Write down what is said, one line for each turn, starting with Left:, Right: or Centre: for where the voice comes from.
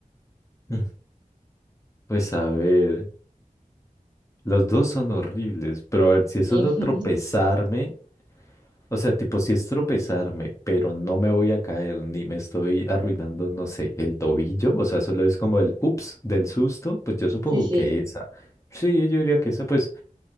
Left: Mm. Pues a ver, los dos son horribles, pero a ver, si es
Right: Sí,
Left: solo tropezarme,
Right: <laughs>
Left: o sea, tipo, si es tropezarme, pero no me voy a caer ni me estoy arruinando, no sé, el tobillo, o sea, solo es como el ups del susto, pues yo supongo
Right: sí, sí.
Left: que esa. Sí, yo diría que esa, pues